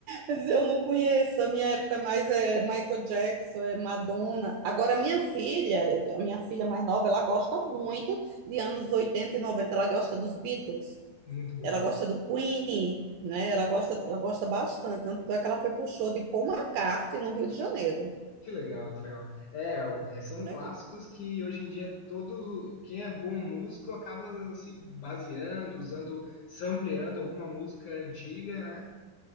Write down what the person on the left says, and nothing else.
muito bom.
Que legal, que legal. É, o- é, são
clássicos
que hoje em dia todo quem é bom músico acaba se baseando, usando, sampleando alguma música antiga, né?